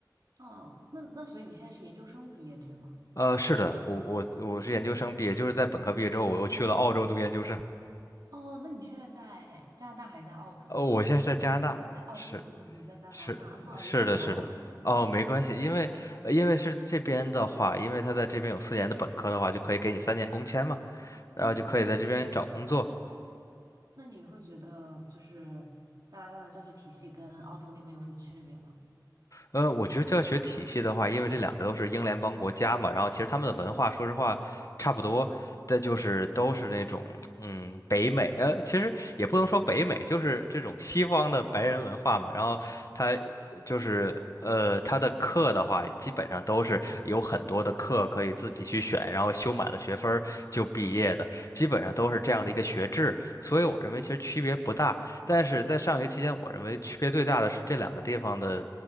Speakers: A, on the right; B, on the left.
A: 哦，那那所以你现在是研究生毕业对吗？
B: 呃，是的，我我我是研究生毕业，就是在本科毕业之后，我又去了澳洲读研究生。
A: 哦，那你现在在加拿大还是在澳洲啊？
B: 哦，我现在在加拿大，
A: 哦哦，
B: 是
A: 对对对对对，在加拿大，
B: 是是的，
A: <laughs> 不好意思，聊忘了。
B: 是的。哦，没关系，因为呃因为是这边的话，因为他在这边有四年的本科的话，就可以给你三年工签嘛，然后就可以在这边找工作。
A: 嗯，是的。那你会觉得就是加拿大的教学体系跟澳洲那边有什么区别吗？
B: 呃，我觉得教学体系的话，因为这两个都是英联邦国家嘛，然后其实他们的文化，说实话差不多，但就是都是那种嗯北美，呃，其实也不能说北美，就是这种西方的白人文化嘛。然后他就是呃，他的课的话，基本上都是有很多的课可以自己去选，然后修满了学分儿就毕业的，基本上都是这样的一个学制。所以我认为其实区别不大，但是在上学期间，我认为区别最大的是这两个地方的。